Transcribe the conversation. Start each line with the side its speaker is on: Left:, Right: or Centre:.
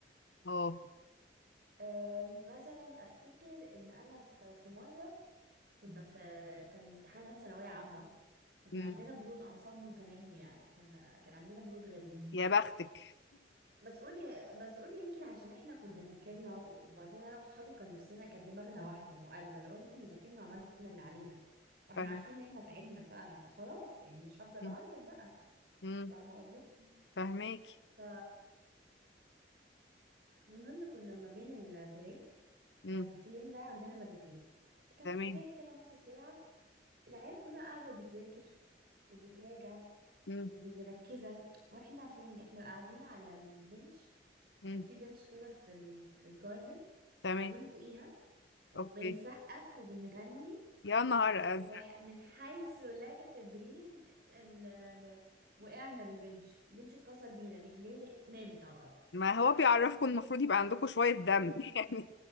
Left: اه
Right: آه، مثلا افتكر ان انا في في مره كنا في كان امتحانات ثانويه عامه وكان
Left: مم.
Right: عندنا برود اعصاب متناهي يعني كان كان عندنا برود غريب
Left: يا بختك
Right: بس قولي بس قولي يمكن عشان احنا كنا ذاكرنا وبعدين انا واصحابي كان نفسنا كانت دماغنا واحده مقلبه لو ان احنا ذاكرنا وعملنا اللي علينا
Left: <laughs>
Right: واحنا
Left: فاهم
Right: عارفين ان احنا تعبنا فعلا فخلاص يعني مش هفضل
Left: مم.
Right: اعيط بقى
Left: مم.
Right: فاهمه قصدي
Left: فاهماكي
Right: ف المهم كنا ما بين البريك
Left: مم.
Right: كان في يوم ده عندنا مادتين كان
Left: تمام
Right: في بريك كده نص ساعه العيال كلها قاعده بتذاكر وبتراجع
Left: مم.
Right: ومش مركزة واحنا فين احنا قاعدين على البنش
Left: مم.
Right: كان في بنش كده في ال... في الجاردن
Left: تمام
Right: قاعدين فوقيها وبنسقف
Left: اوكي
Right: وبنغني
Left: يا نهار
Right: ومن
Left: ازرق
Right: حيث لا تدرين ال... وقعنا بالبنش البنش اتكسر بينا رجليه نامت على الأرض
Left: ما هو بيعرفكم المفروض يبقى عندكم شوية دم
Right: <laughs>
Left: <laughs> يعني